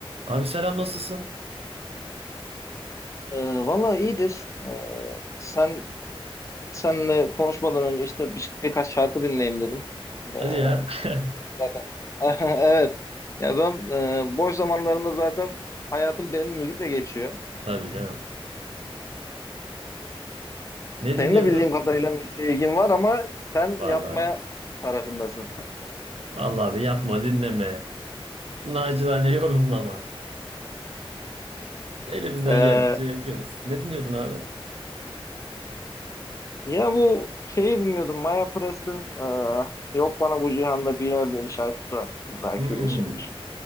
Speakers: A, on the right; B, on the left.
A: Abi selam nasılsın?
B: Ee, valla iyidir. Ee, sen senle konuşmadan önce işte bir, birkaç şarkı dinleyeyim dedim. Ee,
A: Hadi ya. <laughs>
B: zaten <laughs> evet. Ya ben e, boş zamanlarımda zaten hayatım benim müzikle geçiyor.
A: Tabii canım. Ne dinliyordun?
B: Senin de bildiğim kadarıyla müziğe ilgin var ama sen
A: Var
B: yapmaya
A: var.
B: tarafındasın.
A: Vallahi abi yapma dinleme. Nacizane <laughs> yorumlama. Elimizden
B: Ee,
A: geldiğince yapıyoruz. Ne dinliyordun abi?
B: ya bu şeyi dinliyordum. Maya Press'in e, Yok Bana Bu Cihanda Bir Yer diye bir şarkısı var. Belki
A: Hmm.
B: biliyorsundur.